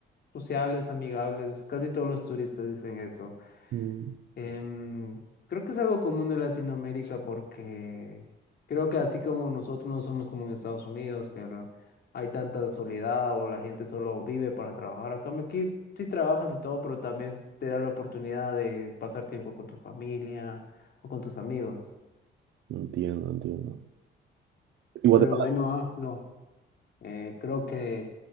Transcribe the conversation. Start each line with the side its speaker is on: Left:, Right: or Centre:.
Left: sociables, amigables, casi todos los turistas dicen eso.
Right: Mm,
Left: Em, creo que es algo común en Latinoamérica porque creo que así como nosotros no somos como en Estados Unidos, que la- hay tanta soledad o la gente solo vive para trabajar. A cambio aquí sí trabajas y todo, pero también te da la oportunidad de pasar tiempo con tu familia o con tus amigos.
Right: Entiendo, no entiendo. Y Guatemala,
Left: Pero bueno, Aflo, eh, creo que